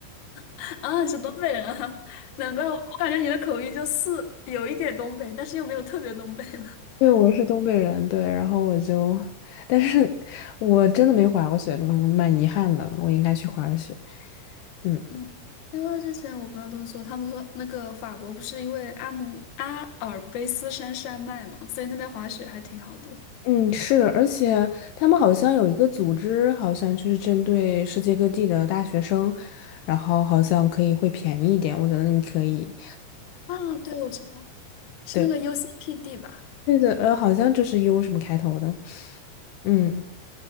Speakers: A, on the left; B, on the left.
A: <laughs> 啊，你是东北人啊，<laughs> 难怪我，我感觉你的口音就是有一点东北，但是又没有特别东北的。<laughs>
B: 对，我是东北人，对，然后我就，但是我真的没滑过雪，嗯，蛮遗憾的，我应该去滑雪。嗯
A: 嗯，因为之前我朋友都说，他们说那个法国不是因为阿姆阿尔卑斯山山脉嘛，所以那边滑雪还挺好的。
B: 嗯，是，而且他们好像有一个组织，好像就是针对世界各地的大学生，然后好像可以会便宜一点，我觉得你可以，
A: 啊，对，我知道，是那个
B: 对，
A: UCPD 吧？
B: 对个呃，好像就是 U 什么开头的，嗯。